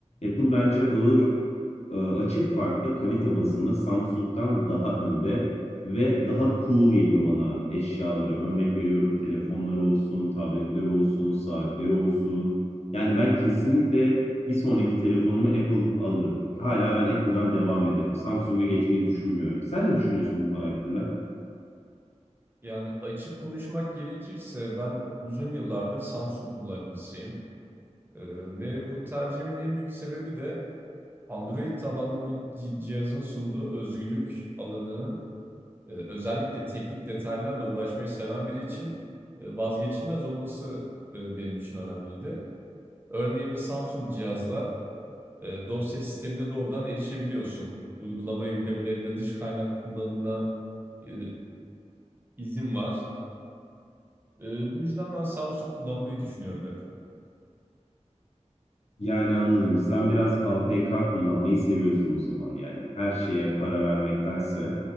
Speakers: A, on the left; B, on the right.
A: Apple bence ağır e, açık farkla kalite bazında Samsung'dan daha önde ve daha cool geliyor bana eşyaları. Örnek veriyorum telefonları olsun, tabletleri olsun, saatleri olsun. Yani ben kesinlikle bir sonraki telefonumu Apple alırım. Hala ben Apple'dan devam ederim. Samsung'a geçmeyi düşünmüyorum. Sen ne düşünüyorsun bu konu hakkında?
B: Yani açık konuşmak gerekirse ben uzun yıllardır Samsung kullanıcısıyım. Ee, ve bu tercihimin en büyük sebebi de Android tabanlı bir ci- cihazın sunduğu özgürlük alanının e, özellikle teknik detaylarla uğraşmayı seven biri için e, vazgeçilmez olması e, benim için önemliydi. Örneğin bir Samsung cihazda e, dosya sistemine doğrudan erişebiliyorsun. Uygulama yüklemelerinde dış kaynak kullanımına e, izin var. Ee, bu yüzden ben Samsung kullanmayı düşünüyorum hep.
A: Yani anladım. Sen biraz APK kullanmayı seviyorsun o zaman yani. Her şeye para vermektense